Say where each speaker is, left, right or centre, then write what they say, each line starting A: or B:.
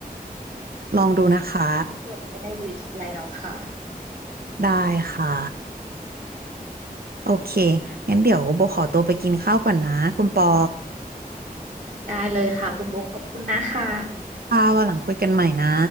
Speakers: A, on the right (about 75°); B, on the right (about 55°).
A: ลองดูนะคะ
B: ต้องจดไว้ในลิสต์แล้วค่ะ
A: ได้ค่ะโอเคงั้นเดี๋ยวโบขอตัวไปกินข้าวก่อนนะคุณปอ
B: ได้เลยค่ะคุณโบคขอบคุณนะคะ
A: ค่ะวันหลังคุยกันใหม่นะ